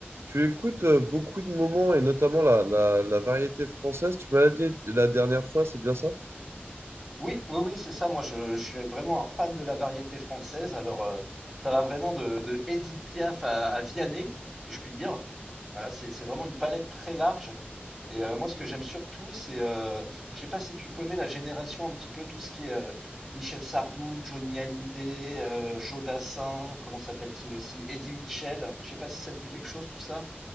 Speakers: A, on the right; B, in the centre.
A: Tu écoutes euh, beaucoup de moments et notamment la, la, la variété française. Tu m'as dit la dernière fois, c'est bien ça?
B: Oui, oui, oui, c'est ça. Moi, je, je suis vraiment un fan de la variété française. Alors, euh, ça va vraiment de, de Édith Piaf à, à Vianney, si je puis dire. Voilà, c'est, c'est vraiment une palette très large. Et euh, moi, ce que j'aime surtout, c'est, euh, je sais pas si tu connais la génération un petit peu tout ce qui est euh, Michel Sardou, Johnny Hallyday, euh, Joe Dassin, comment s'appelle-t-il aussi, Eddie Mitchell. Je sais pas si ça te dit quelque chose, tout ça.